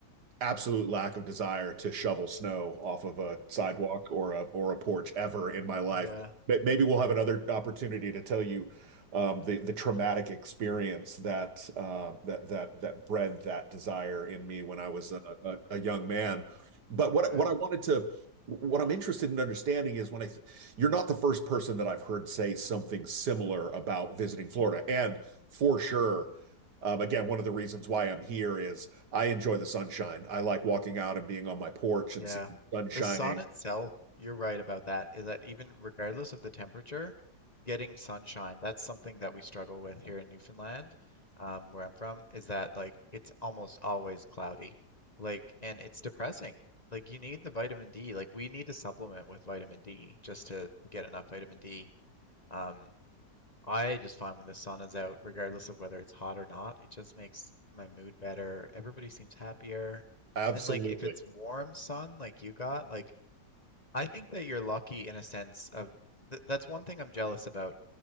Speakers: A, on the right; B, on the left.
A: absolute lack of desire to shovel snow off of a sidewalk or a or a porch ever in my life.
B: Yeah,
A: But maybe we'll have another opportunity to tell you um, the the traumatic experience that uh, that that that bred that desire in me when I was a, a, a young man. But what
B: yeah.
A: what I wanted to what I'm interested in understanding is when I you're not the first person that I've heard say something similar about visiting Florida, and for
B: hmm
A: sure. Um, again, one of the reasons why I'm here is I enjoy the sunshine. I like walking out and being on my porch
B: Yeah.
A: and seeing the sun shining.
B: The sun itself, you're right about that, is that even regardless of the temperature, getting sunshine, that's something that we struggle with here in Newfoundland, um, where I'm from, is that like it's almost always cloudy. Like, and it's depressing. Like, you need the vitamin D. Like, we need to supplement with vitamin D just to get enough vitamin D. Um, I just find when the sun is out, regardless of whether it's hot or not, it just makes my mood better. Everybody seems happier.
A: Absolutely.
B: And like if it's warm sun like you got, like I think that you're lucky in a sense of th that's one thing I'm jealous about